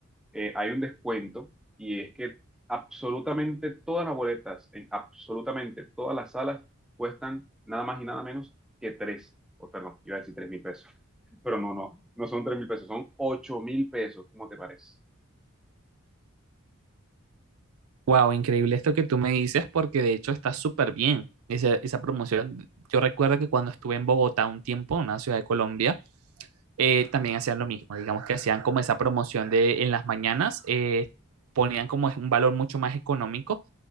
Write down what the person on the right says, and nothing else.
Wow, increíble esto que tú me dices, porque de hecho está súper bien esa, esa promoción. Yo recuerdo que cuando estuve en Bogotá un tiempo, una ciudad de Colombia, eh, también hacían lo mismo, digamos que hacían como esa promoción de en las mañanas, eh, ponían como un valor mucho más económico.